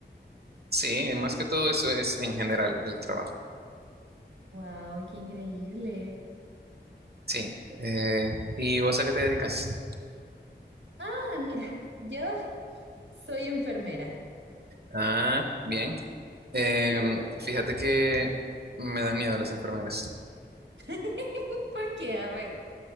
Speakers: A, on the right; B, on the right.
A: sí, más que todo eso es en general del trabajo.
B: Wow, qué increíble.
A: Sí, eh, ¿y vos a qué te dedicas?
B: Ah, mira, yo soy enfermera.
A: Ah, bien. Em,
B: Ujú.
A: fíjate que me dan miedo las enfermeras.
B: <laughs> ¿Por qué? A ver.